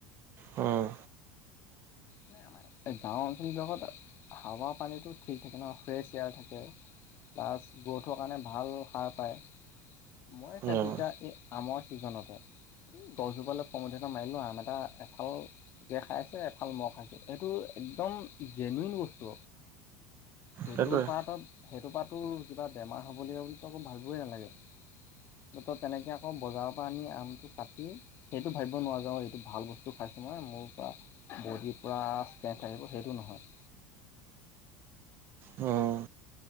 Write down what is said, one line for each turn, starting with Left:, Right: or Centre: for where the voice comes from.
Right: উম।
Left: মানে আমাৰ গাওঁ অঞ্চলবিলাকত হাৱা পানীতো ঠিক থাকে ন' ফ্ৰেছ এয়াৰ থাকে। প্লাছ গ্ৰ'থৰ কাৰণে ভাল সাৰ পায়। মই
Right: উম
Left: চাইছোঁ এতিয়া এই আমৰ ছিজনতে এই গছজোপালৈ খং উঠে ন' মাৰিলো আম এটা এফাল পোকে খাই আছে ফাল মই খাইছোঁ, এইটো একদম জেনুৱিন বস্তু সেইটো
Right: সেইটোৱে
Left: পাতত সেইটো পাতো কিবা বেমাৰ হ'বলগীয়া বুলিতো আকৌ ভাবিবই নালাগে। ত' তেনেকৈ আকৌ বজাৰৰপৰা আনি আমটো কাটি সেইটো ভাবিব নোৱাৰ যে এইটো ভাল বস্তু খাইছোঁ, মই মোৰপৰা বডিৰ পুৰা ষ্ট্ৰেথ থাকিব সেইটো নহয়।
Right: উম।